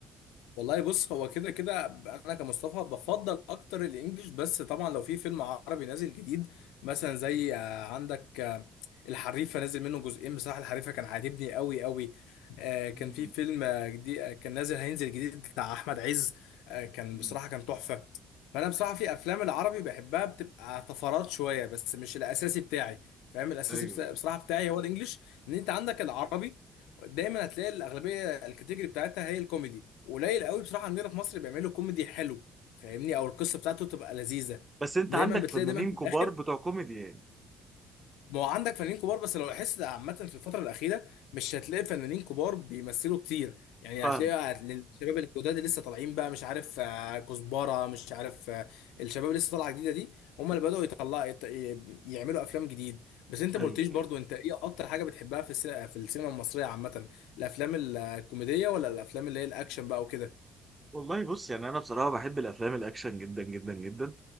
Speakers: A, on the left (about 80°); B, on the right (about 25°).
A: والله بص هو كده كده انا كمصطفى بفضل اكتر الانجليش بس طبعا لو في فيلم عربي نازل جديد مثلا زي آه، عندك آه، الحريفه نازل منه جزئين بصراحه الحريفه كان عاجبني قوي قوي آه، كان
B: مم.
A: في فيلم آه، جديد آه، كان نازل هينزل جديد بتاع احمد عز آه، كان
B: مم.
A: بصراحه كان تحفه فانا بصراحه في افلام العربي بحبها بتبقى طفرات شويه بس مش الاساسي بتاعي فاهم الاساسي
B: ايوه
A: بس- بصراحه بتاعي هو الانجليش ان انت عندك العربي دايما هتلاقي الاغلبيه الكاتيجوري بتاعتها هي الكوميدي قليل قوي بصراحه عندنا في مصر بيعملوا كوميدي حلو فاهمني او القصه بتاعته تبقى لذيذه
B: بس انت
A: دايما
B: عندك
A: بتلاقي
B: فنانين
A: دايما في
B: كبار
A: الاخر
B: بتوع كوميدي يعني
A: ما هو عندك فنانين كبار بس لو لاحظت عامة في الفترة الأخيرة مش هتلاقي فنانين كبار بيمثلوا كتير يعني
B: فاهم
A: هتلاقي هتلاقي الشباب الجداد اللي لسه طالعين بقى مش عارف آه، كزبرة مش عارف آه، الشباب اللي لسه طالعة جديدة دي هم اللي بدأوا يطلعوا يط- ي- يعملوا أفلام جديد بس أنت
B: ايوه
A: ما قلتليش برضو أنت إيه أكتر حاجة بتحبها في السينما في السينما المصرية عامة الأفلام ال- الكوميدية ولا الأفلام اللي هي الأكشن بقى وكده؟
B: والله بص يعني انا بصراحه بحب الافلام الاكشن جدا جدا جدا